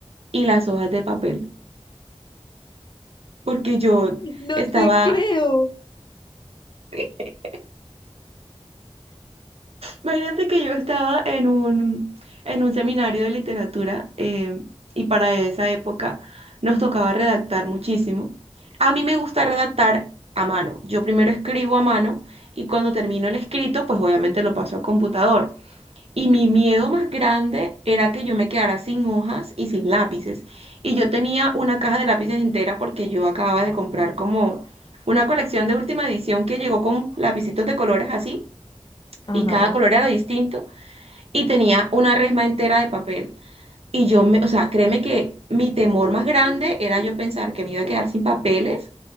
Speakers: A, on the right; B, on the left.
A: y las hojas de papel, porque yo
B: no
A: estaba...
B: te creo.
A: <laughs> Imagínate que yo estaba en un, en un seminario de literatura eh, y para esa época nos tocaba redactar muchísimo. A mí me gusta redactar a mano. Yo primero escribo a mano y cuando termino el escrito, pues obviamente lo paso a computador. Y mi miedo más grande era que yo me quedara sin hojas y sin lápices. Y yo tenía una caja de lápices entera porque yo acababa de comprar como una colección de última edición que llegó con lapicitos de colores así y
B: Ajá,
A: cada color era distinto y tenía una resma entera de papel. Y yo me, o sea, créeme que mi temor más grande era yo pensar que me iba a quedar sin papeles